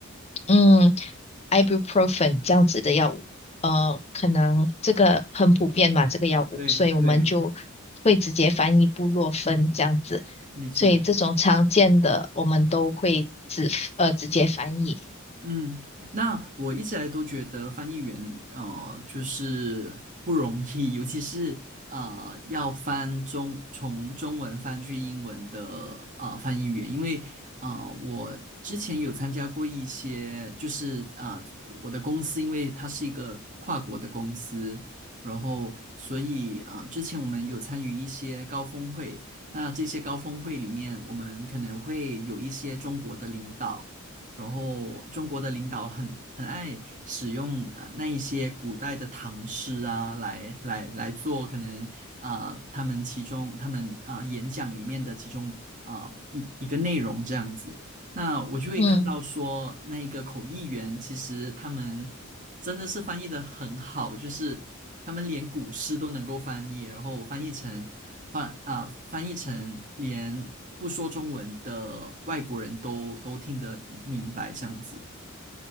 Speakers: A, on the left; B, on the right.
A: 嗯，ibuprofen 这样子的药物，呃，可能这个很普遍嘛，这个药物，
B: 对对，
A: 所以我们就会直接翻译布洛芬这样子，
B: 理解。
A: 所以这种常见的我们都会直呃直接翻译。
B: 嗯，那我一直来都觉得翻译员，呃，就是不容易，<laughs> 尤其是呃，要翻中从中文翻去英文的呃翻译员，因为呃，我之前有参加过一些，就是啊、呃，我的公司因为它是一个跨国的公司，然后所以啊、呃，之前我们有参与一些高峰会，那这些高峰会里面，我们可能会有一些中国的领导。然后中国的领导很很爱使用呃那一些古代的唐诗啊，来来来做可能啊、呃他们其中他们啊、呃演讲里面的其中啊、呃一一个内容这样子。那我就会看到说，
A: 嗯
B: 那一个口译员其实他们真的是翻译的很好，就是他们连古诗都能够翻译，然后翻译成翻啊、翻译成连不说中文的外国人都都听得明白这样子。